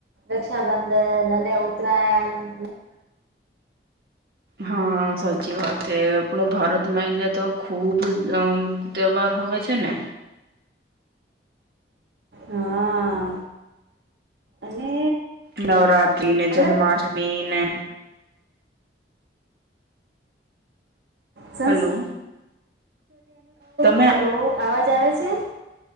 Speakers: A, on the right (about 80°); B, on the right (about 55°).
A: રક્ષાબંધન અનેને ઉત્તરાયણ
B: હા સાચી વાત એ આપણ ભારતમાં એને તો ખુબ અ તોવાર હો છે ને
A: હા અને
B: નવરાત્ર્રી ને
A: અલગ
B: જન્માષ્ટમી ને
A: સંસ્
B: હલો તમે
A: હેલો અવાજ આવે છે